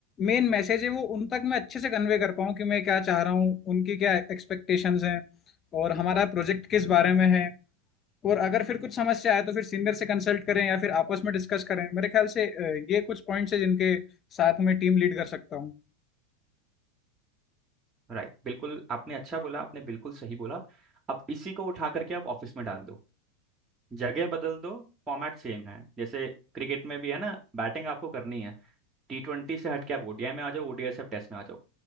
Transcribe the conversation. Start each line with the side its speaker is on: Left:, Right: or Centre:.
Left: मेन मैसेज है वो उन तक मैं अच्छे से कन्वे कर पाऊँ कि मैं क्या चाह रहा हूँ उनकी क्या एक्सपेक्टेशंस हैं और हमारा प्रोजेक्ट किस बारे में है और अगर फिर कुछ समस्या आए तो फिर सीनियर से कंसल्ट करें या फिर आपस में डिस्कस करें मेरे ख्याल से अ, ये कुछ पॉइंट्स हैं जिनके साथ मैं टीम लीड कर सकता हूँ
Right: राइट बिल्कुल आपने अच्छा बोला आपने बिल्कुल सही बोला अब इसी को उठा करके आप ऑफिस में डाल दो जगह बदल दो फॉर्मेट सेम है जैसे क्रिकेट में भी है ना बैटिंग आपको करनी है टी ट्वेंटी से हट के आप ओडीआई में आ जाओ ओडीआई से आप टेस्ट में आ जाओ